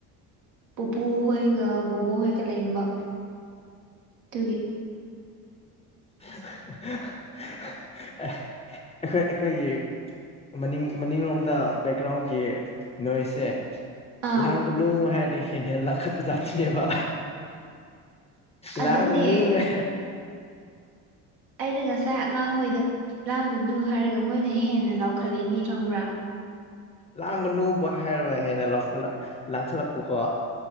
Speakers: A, on the right (about 75°); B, on the left (about 15°).
A: ꯄꯨꯄꯨ ꯍꯣꯏꯒ ꯕꯣꯕꯣꯍꯣꯏꯒ ꯂꯩꯕ ꯇꯒꯤ
B: <inaudible> <unintelligible> ꯑꯩꯈꯣꯏ ꯑꯩꯈꯣꯏꯒꯤ ꯃꯅꯤꯡ ꯃꯅꯤꯡꯂꯣꯝꯗ ꯕꯦꯛꯒ꯭ꯔꯥꯎꯟꯒꯤ ꯅꯣꯏꯁꯁꯦ
A: ꯑꯥ
B: ꯂꯒꯅꯨ ꯍꯥꯏꯔ ꯍꯦꯅꯦ ꯂ ꯀ ꯆꯥꯠꯅꯦꯕ
A: ꯑꯗꯨꯅꯦ
B: ꯂꯥꯡꯒꯅ
A: ꯑꯩꯅ ꯉꯁꯥꯏ ꯑꯉꯥꯡꯍꯣꯏꯗ ꯂꯥꯡꯒꯅꯨ ꯍꯥꯏꯔꯒ ꯃꯣꯏꯅ ꯍꯦꯟꯅ ꯂꯥꯎꯈꯠꯂꯛꯏꯅꯦ ꯈꯪꯕ꯭ꯔꯥ
B: ꯂꯥꯡꯒꯅꯨꯕ ꯍꯥꯏꯔꯕ ꯍꯦꯟꯅꯠꯂ ꯂꯥꯡꯈꯠꯂꯛꯄꯀꯣ